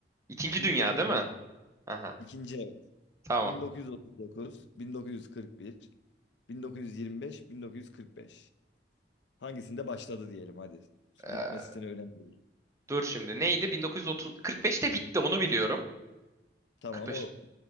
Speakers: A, on the right; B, on the left.
A: İkinci
B: 1930.
A: Dünya değil mi? Aha.
B: İkinci evet.
A: Tamam.
B: 1939, 1941, 1925, 1945. Hangisinde başladı diyelim hadi.
A: Ee,
B: Bitmesine önemli değil.
A: dur şimdi. Neydi? 1930 45'te bitti onu biliyorum.
B: Tamam
A: 45
B: o